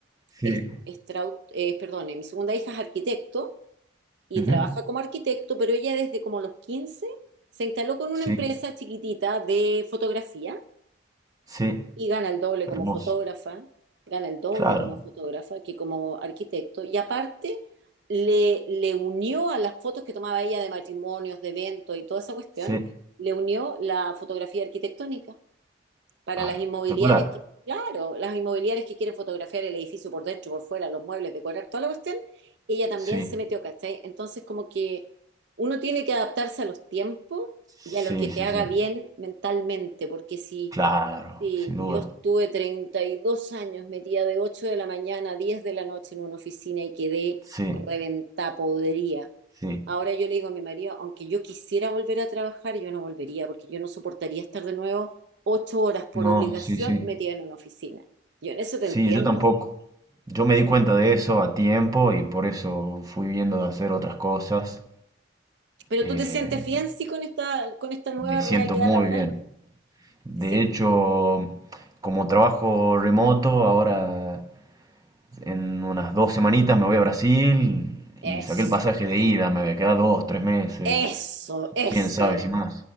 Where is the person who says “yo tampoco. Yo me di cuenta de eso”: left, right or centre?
Right